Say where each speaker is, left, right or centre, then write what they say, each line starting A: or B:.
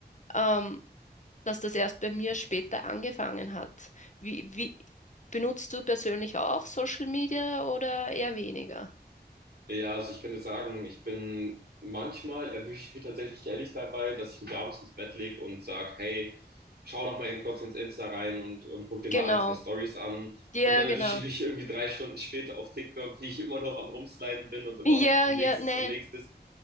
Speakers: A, on the left; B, on the right.
A: ähm, dass das erst bei mir später angefangen hat. Wie, wie benutzt du persönlich auch Social Media oder eher weniger?
B: Ja, also ich kann dir sagen, ich bin manchmal erwische ich mich tatsächlich ehrlich dabei, dass ich mich abends ins Bett leg und sag, hey, schau noch mal eben kurz ins Insta rein und, und guck dir
A: Genau.
B: mal ein, zwei Stories an.
A: Ja,
B: Und dann
A: genau.
B: erwische ich mich irgendwie drei Stunden später auf TikTok, wie ich immer noch am Rumsliden bin und immer
A: Ja,
B: noch am
A: ja,
B: nächstes
A: nein.
B: und nächstes.